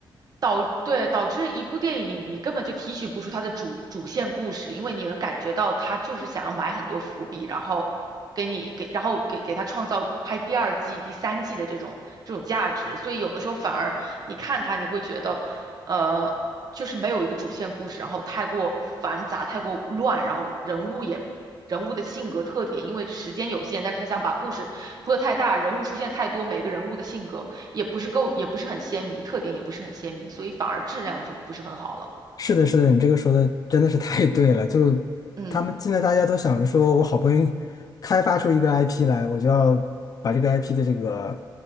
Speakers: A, on the right (about 50°); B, on the left (about 45°).
A: 导对导致一部电影你你根本就提取不出它的主主线故事，因为你能感觉到他就是想要埋很多伏笔，然后给你给然后给给他创造拍第二季、第三季的这种这种价值，所以有的时候反而你看他你会觉得。呃，就是没有一个主线故事，然后太过繁杂、太过乱，然后人物也人物的性格特点，因为时间有限，但是他想把故事铺的太大，人物出现太多，每个人物的性格也不是够，也不是很鲜明，特点也不是很鲜明，所以反而质量就不是很好了。
B: 是的，是的，你这个说的真的是太对了。就
A: 嗯
B: 他们现在大家都想着说，我好不容易开发出一个 IP 来，我就要把这个 IP 的这个